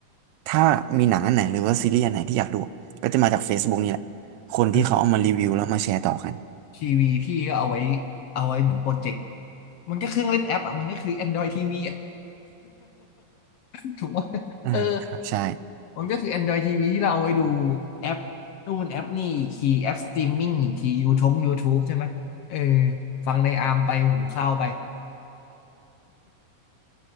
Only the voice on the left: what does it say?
เออทีวีพี่ก็เอาไว้เอาไว้เหมือนโปรเจกต์มันก็เครื่องเล่นแอปอ่ะมันก็คือ Android TV อ่ะ <laughs> ถูกไหม
เออ มันก็คือ Android TV ที่เราเอาไว้ดูแอปนู่นแอปนี่อีกทีแอปสตรีมมิ่งอีกที YouTube YouTube ใช่ไหมเออฟังในอาร์มไปหุงข้าวไป